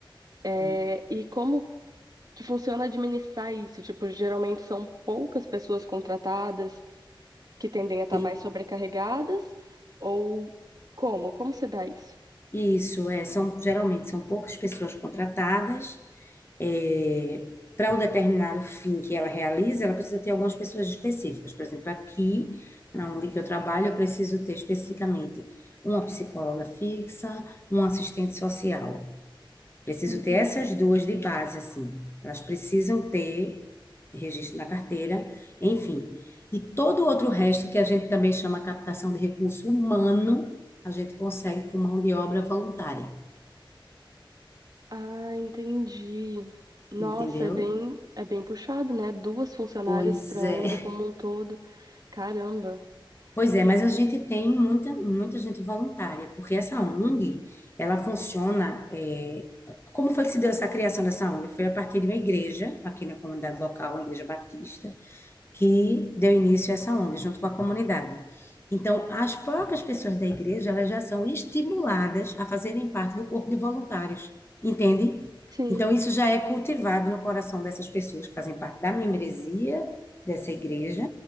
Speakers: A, on the right (about 45°); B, on the left (about 30°).
A: É,
B: uhum.
A: e como que funciona administrar isso? Tipo, geralmente são poucas pessoas contratadas que tendem a estar
B: E-
A: mais sobrecarregadas, ou como? Como se dá isso?
B: Isso, é, são, geralmente são poucas pessoas contratadas. É, para o determinado fim que ela realiza, ela precisa ter algumas pessoas específicas. Por exemplo, aqui, na ONG que eu trabalho, eu preciso ter especificamente uma psicóloga fixa, um assistente social. Preciso
A: Uhum.
B: ter essas duas de base, assim. Elas precisam ter registro na carteira, enfim. E todo o outro resto, que a gente também chama captação de recurso humano, a gente consegue com mão de obra voluntária,
A: Ah, entendi. Nossa,
B: entendeu?
A: é bem, é bem puxado, né? Duas funcionárias
B: Pois
A: para a
B: é.
A: ONG como um todo. Caramba.
B: Pois é,
A: E-
B: mas a gente tem muita, muita gente voluntária, porque essa ONG, ela funciona. é, como foi que se deu essa criação dessa ONG? Foi a partir de uma igreja, aqui na comunidade local, a Igreja Batista, que deu início a essa ONG, junto com a comunidade. Então, as próprias pessoas da igreja, elas já são estimuladas a fazerem parte do corpo de voluntários, entende?
A: Sim.
B: Então, isso já é cultivado no coração dessas pessoas que fazem parte da membresia dessa igreja.